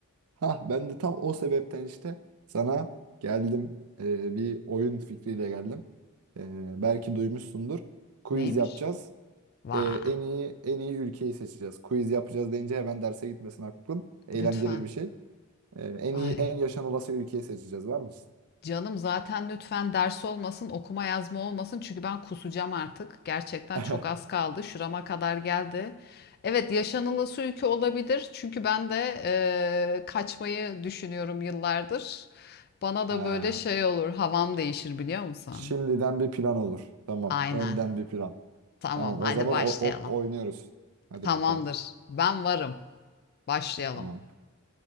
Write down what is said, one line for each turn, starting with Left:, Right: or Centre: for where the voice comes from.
Right: ha ben de tam o sebepten işte sana geldim. Ee, bir oyun fikriyle geldim. Ee, belki duymuşsundur. Quiz
Left: Neymiş?
Right: yapacağız.
Left: Vah.
Right: Ee, en iyi en iyi ülkeyi seçeceğiz. Quiz yapacağız deyince hemen derse gitmesin aklın. Eğlenceli
Left: Lütfen.
Right: bir şey. Ee, en
Left: Ay.
Right: iyi en yaşanılası ülkeyi seçeceğiz. Var mısın?
Left: Canım zaten lütfen ders olmasın, okuma yazma olmasın çünkü ben kusacağım artık. Gerçekten
Right: <laughs>
Left: çok az kaldı. Şurama kadar geldi. Evet, yaşanılası ülke olabilir. Çünkü ben de eee, kaçmayı düşünüyorum yıllardır. Bana da
Right: Ha,
Left: böyle şey olur, havam değişir biliyor musun?
Right: şimdiden bir plan olur. Tamam.
Left: Aynen.
Right: Önden bir plan.
Left: Tamam,
Right: Tamam
Left: hadi
Right: o zaman
Left: başlayalım.
Right: o, o- oynuyoruz. Hadi
Left: Tamamdır.
Right: bakalım.
Left: Ben varım. Başlayalım.
Right: Tamam.